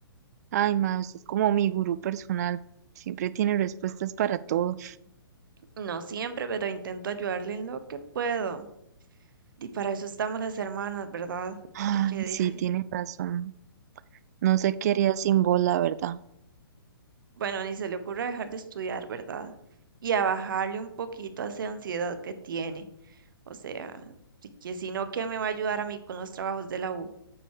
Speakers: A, on the right; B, on the right.
A: Ay, ma, usted es como mi gurú personal, siempre tiene respuestas para todo.
B: No siempre, pero intento ayudarle en lo que puedo. Y para eso estamos las hermanas, ¿verdad?
A: Ay,
B: Porque dije,
A: sí, tiene razón. No sé qué haría sin vos, la verdad.
B: Bueno, ni se le ocurra dejar de estudiar, ¿verdad? Y a bajarle un poquito a esa ansiedad que tiene. O sea, si que si no, ¿qué me va a ayudar a mí con los trabajos de la U?